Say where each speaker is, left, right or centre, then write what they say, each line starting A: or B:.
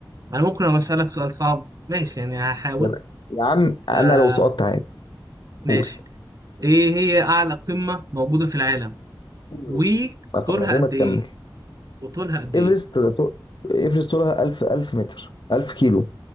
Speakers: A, on the right (about 45°); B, on the left (about 65°).
A: انا ممكن ابقى اسالك سؤال صعب ماشي يعني هحاول
B: يلا يا عم أنا
A: آه
B: لو سقطت عادي
A: ماشي
B: قول
A: ايه هي اعلى قمة موجودة في العالم
B: إيفرست
A: وطولها
B: ما خ- من غير
A: قد
B: ما تكمل
A: ايه وطولها قد
B: إيفرست
A: ايه
B: طو- إيفرست طولها 1000 1000 متر 1000 كيلو